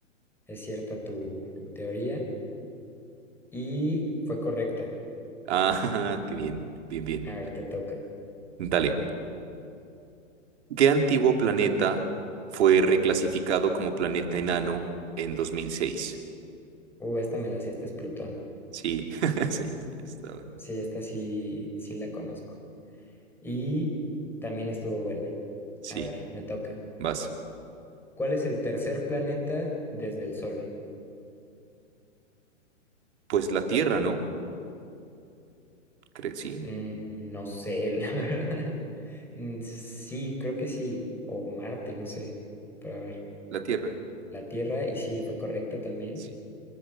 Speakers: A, in the centre; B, on the right (about 60°).
A: es cierta tu teoría. Y fue correcta.
B: Ah, <laughs> qué bien, bien, bien.
A: A ver, te toca.
B: Dale. ¿Qué antiguo planeta fue reclasificado como planeta enano en 2006?
A: Uh, esta me la sé, esta es Plutón.
B: Sí, <laughs> sí, sí, está bueno.
A: Sí, esta sí, sí la conozco. Y también estuvo buena.
B: Sí,
A: A ver, me toca.
B: vas.
A: ¿Cuál es el tercer planeta desde el Sol?
B: Pues la tierra, ¿no? Cre- sí,
A: Mm, no sé, <laughs> la verdad. Mm, sí, creo que sí. O Marte, no sé. Pero a ver,
B: la tierra.
A: la Tierra, y sí, fue correcta también.
B: Sí.